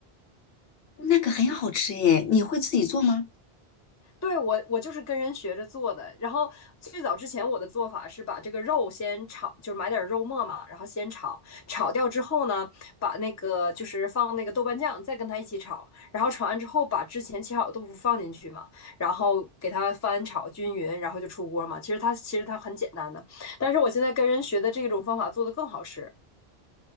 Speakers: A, on the left (about 70°); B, on the left (about 25°).
A: 那个很好吃耶，你会自己做吗？
B: 对我，我就是跟人学着做的。然后最早之前我的做法是把这个肉先炒，就是买点肉末嘛，然后先炒，炒掉之后呢，把那个就是放那个豆瓣酱，再跟它一起炒，然后炒完之后把之前切好的豆腐放进去嘛，然后给它翻炒均匀，然后就出锅嘛。其实它其实它很简单的，但是我现在跟人学的这种方法做的更好吃，